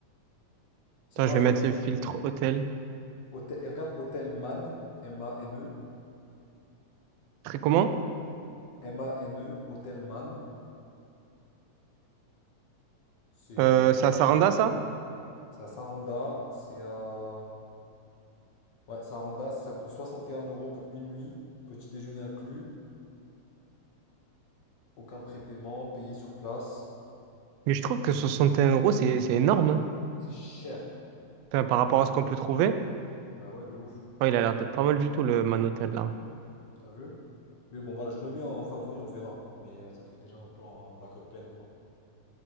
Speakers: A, on the left; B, on the right.
A: Sinon,
B: Attends, je
A: là,
B: vais
A: je
B: mettre
A: viens de trouver.
B: le filtre hôtel.
A: Hôtel, et regarde, Hôtel Man, M-A-N-E,
B: Très comment?
A: M-A-N-E, Hôtel Man, c'est
B: Euh,
A: euh,
B: c'est
A: pas
B: à Saranda,
A: mal.
B: ça?
A: C'est à Saranda, c'est à. Ouais, Saranda, ça coûte 61 euros pour une nuit, petit déjeuner inclus, aucun prépaiement, payé sur place.
B: Mais je trouve que 61 euros, c'est c'est énorme. hein.
A: C'est cher.
B: Enfin, par rapport à ce qu'on peut trouver.
A: Bah ouais, de ouf.
B: Ouais, il a l'air d'être pas mal du tout, le Man hotel là.
A: T'as vu? Mais bon, voilà, je le mets en favori, on verra. Mais euh, ça fait déjà un plan, un backup plein, quoi.